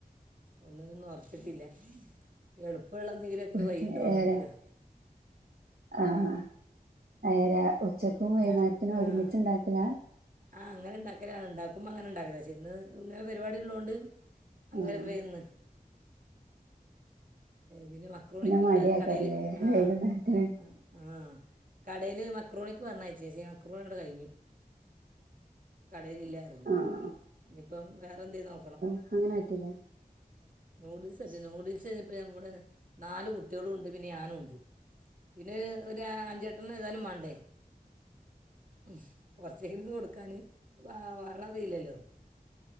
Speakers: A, on the right; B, on the right.
A: ഒന്ന്ന്നും ഒറച്ചിട്ടില്ല എളുപ്പള്ള എന്തെലൊക്കെ
B: ഉച്ച
A: ഒരു വഴിണ്ടോ
B: ഏര
A: നോക്ക
B: ആഹ് ആഹ അയരാ ഉച്ചക്കും വൈന്നേരത്തിനും
A: ഞാൻ ആഹ്
B: ഒരുമിച്ച് ഇണ്ടാകലാ
A: ആഹ് അങ്ങനെ ഇണ്ടാക്കലാണ് ഇണ്ടാക്കുമ്പോ അങ്ങനെ ഇണ്ടാക്കല ശേ ന്ന് ഇങ്ങ പരിപാടിള്ളോണ്ട് അല്ലവിന്ന്
B: ആഹ്
A: പിന്നെ മക്രോണിക്ക്
B: മടിയാക്കാറില്ലേ
A: ഇവിടെ കടെല് ആഹ്
B: വൈകുന്നേരത്തിന്
A: ആഹ് ആഹ് കടയില് മക്രോണിക്ക് പറഞ്ഞയച്ചേ ചേച്ചേ മക്രോണിടെ കഴിഞ് കടയിലല്ലാറിഞ്ഞു
B: ആഹ്
A: ഇനിയിപ്പം വേറെ എന്തേ നോക്കണം
B: അങ്ങനെറ്റൂലെ
A: നൂഡിൽസ് പറ്റൂല നൂഡിൽസ് ഇപ്പ ഇവിടെ നാല് കുട്ടികളുണ്ട് പിന്നെ ഞാനുണ്ട് പിന്നെ ഒരു അഞ്ചെട്ടണ്ണം ഏതാലും മാണ്ടേ ഉം കുറച്ചെങ്കില് കൊടുക്കാന് വാ വാള അറിയില്ലല്ലോ